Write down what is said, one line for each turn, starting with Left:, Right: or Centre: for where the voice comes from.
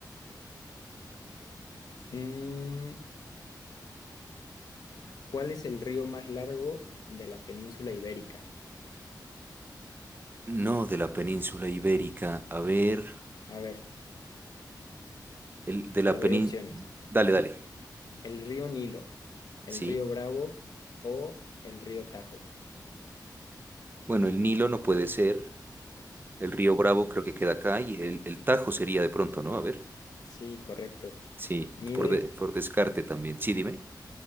Left: mm, ¿cuál es el río más largo de la península ibérica?
Right: No, de la península ibérica. A ver,
Left: A ver,
Right: el, de la
Left: te doy
Right: península.
Left: opciones.
Right: Dale, dale.
Left: El río Nilo, el
Right: Sí.
Left: río Bravo o el río Tajo.
Right: Bueno, el Nilo no puede ser. El río Bravo creo que queda acá y el, el Tajo sería de pronto, ¿no? A ver.
Left: Sí, correcto.
Right: Sí,
Left: Mide,
Right: por, de- por descarte también. Sí, dime.